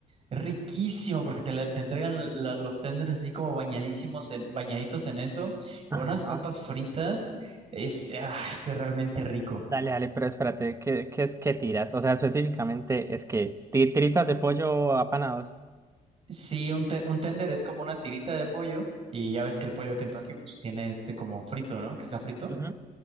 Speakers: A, on the right; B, on the right.
A: es riquísimo porque te, la- te entregan la- los tenders así como bañadísimos en, bañaditos en eso, con
B: Ajá.
A: unas papas fritas, es, ah, es realmente rico.
B: Dale, dale, pero espérate, ¿qué, qué es que tiras? O sea, específicamente es que ti- tiritas de pollo apanados.
A: Sí, un, te- un tender es como una tirita de pollo y ya ves que el pollo Kentucky pues tiene este como frito, ¿no? Que está frito.
B: Ujú,